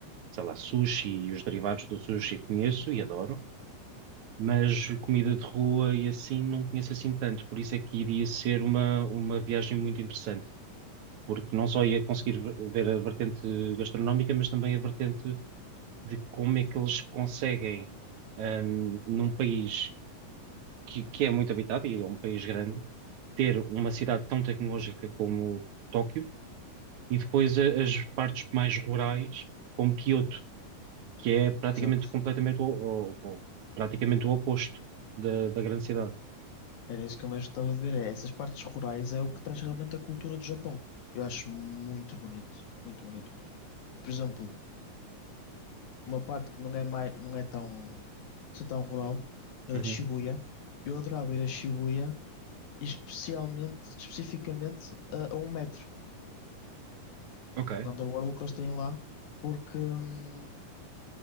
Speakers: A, on the right; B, on the left.
A: sei lá, sushi e os derivados do sushi conheço e adoro, mas comida de rua e assim não conheço assim tanto, por isso é que iria ser uma, uma viagem muito interessante. porque não só ia conseguir ver ver a vertente gastronómica, mas também a vertente de como é que eles conseguem, ahm, num país que, que é muito habitado e é um país grande, ter uma cidade tão tecnológica como Tóquio e depois a- as partes mais rurais, como Kyoto que é praticamente
B: Exato.
A: completamente o, o- o- praticamente o oposto da, da grande cidade.
B: Era isso que eu mais gostava de ver. É, essas partes rurais é o que traz realmente a cultura do Japão. Eu acho muito bonito, muito bonito mesmo. Por exemplo, uma parte que não é mais, não é tão, assim tão rural, eh,
A: Uhum.
B: Shibuya. Eu adorava ir a Shibuya, especialmente, especificamente a, a um metro,
A: Ok,
B: um underworld que eles têm lá, porque hum,